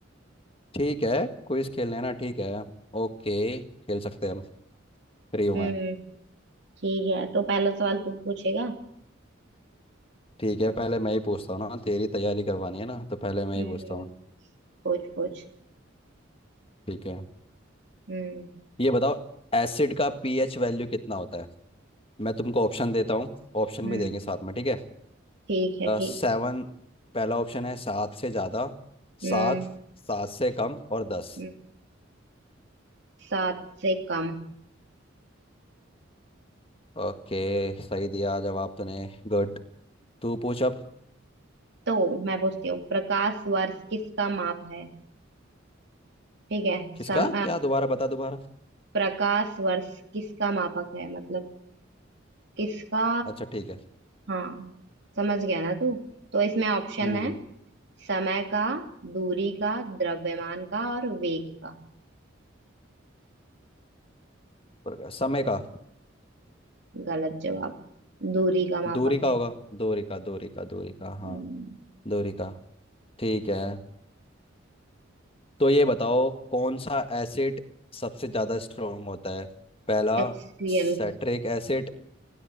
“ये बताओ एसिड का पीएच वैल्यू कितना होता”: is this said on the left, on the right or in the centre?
Left